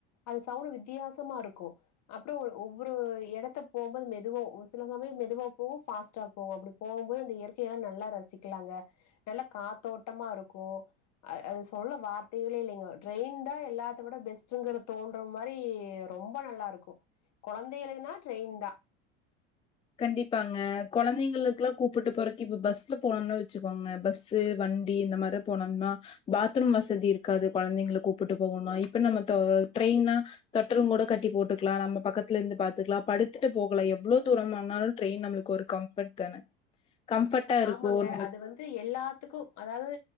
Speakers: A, on the left; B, on the left.
A: அது சவுண்ட் வித்தியாசமா இருக்கூ அப் போ ஒவ்வொரு எடத்த போம்போது மெதுவா ஒரு சில சமயோ மெதுவா போவூ ஃபாஸ்டா போவூ அப்டி போகும்போது அந் த இயற்கையெல்லா நல்லா ரசிக்கலாங்க நல்லா காத்தோட்டமா இருக்கூ அ அது சொல்ல வார் டூலே இல்லைங்ககோ ட்ரெயின் தா எல்லாத்த விட பெஸ்ட்டுங்கற தோன்ற மாரி ரொம்ப நல்லாருக்கூ கொழந்தைகளுக்னா ட்ரெயின் தா
B: கண்டிப்பாங்க குழந்தைங்களுக்கெல்லா கூப்புட்டு போறக்கு இப்ப பஸ்ல போனோனு வச்சுக்கோங்க பஸ் வண் வண்டி இந்த மாரி போனோம்னா பாத்ரூம் வசதி இருக்காது கொழந்தைங்கள கூப்புட்டு போகணு இப்ப நம்ம தோ ட்ரெயின்னா தொட்டிலு கூட கட்டி போட்டுக்கலா நம்ம பக்கத்துல இருந்து பாத்துக்கலா படுத்துட்டு போகலா எவ்வளோ தூரம்னா னாலு ட்ரெயின் நம்மளுக்கு ஒரு கம்ஃபர்ட் தான கம்ஃபர்ட்டா இருக்கும்.
A: ஆமாங்க
B: நம்மளுக்கு
A: அது வந்து எல்லாத்துக்கு அதாவது